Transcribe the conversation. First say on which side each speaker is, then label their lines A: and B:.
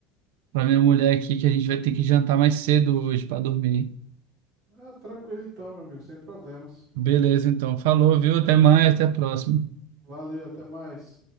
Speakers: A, on the right; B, on the right.
A: pra minha mulher aqui, que a gente vai ter que jantar mais cedo hoje pra dormir.
B: Ah, tranquilo então, meu amigo, sem problemas.
A: Beleza, então. Falou, viu? Até mais, até a próxima.
B: Valeu, até mais.